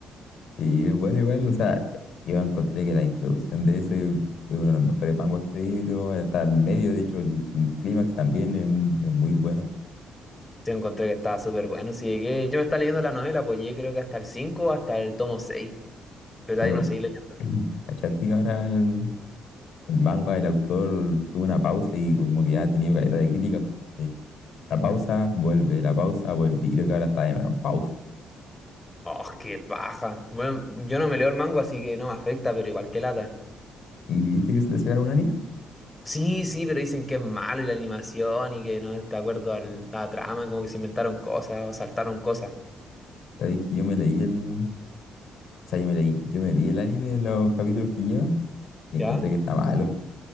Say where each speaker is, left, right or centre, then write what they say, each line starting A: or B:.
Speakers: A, on the left (about 70°); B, on the left (about 20°).
A: Sí, es bueno igual, o sea, yo encontré que la introducción de ese es uno de los mejores manguas que he leído, hasta el medio, de hecho, el, el clímax también es, un- es muy bueno,
B: Yo encontré que estaba súper bueno. Si llegué, yo me estaba leyendo la novela, pues llegué creo que hasta el 5 o hasta el tomo seis Pero
A: pero...
B: de ahí no seguí leyendo.
A: <clears throat> ¿Cachate? que Ahora el, el manga, el autor tuvo una pausa y como que ya ha tenido calidad de críticas porque La pausa vuelve, la pausa vuelve. Y creo que ahora está de nuevo, pausa.
B: ¡Oh, qué paja! Bueno, yo no me leo el mango, así que no me afecta, pero igual que lata.
A: ¿Y viste que se le sacaron un anime?
B: Sí, sí, pero dicen que es malo y la animación y que no es de acuerdo a la trama, como que se inventaron cosas o saltaron cosas.
A: Sabéis que yo me leí el. O sea, yo me leí, yo me vi el anime de los capítulos que lleva y
B: ¿Ya?
A: encontré que está malo.